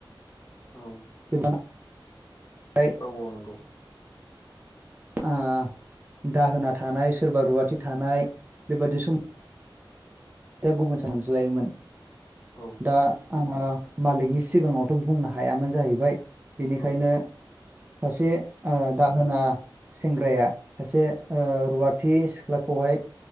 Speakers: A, on the left (about 40°); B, on the right (about 20°).
A: औ
B: <unintelligible>
A: औ औ नंगौ
B: ओ दाहोना थानाय सोरबा रुवाथि थानाय बेबादि समाव दा गुबुन सानज्लायोमोन
A: औ
B: दा आङो मालिकनि सिगाङावथ बुंनो हायामोन जाहैबाय बिनिखायनो
A: औ
B: सासे ओ दाहोना सेंग्राया सासे ओ रुवाथि सिख्लाखौहाय